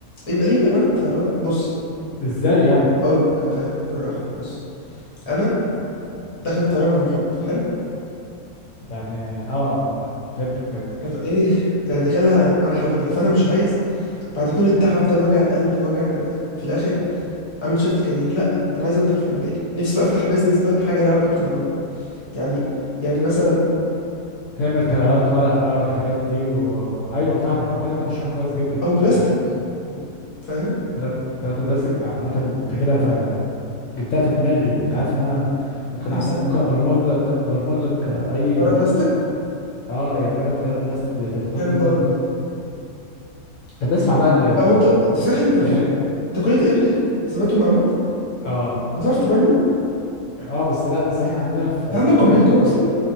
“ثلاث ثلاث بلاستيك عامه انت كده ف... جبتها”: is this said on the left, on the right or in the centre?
Left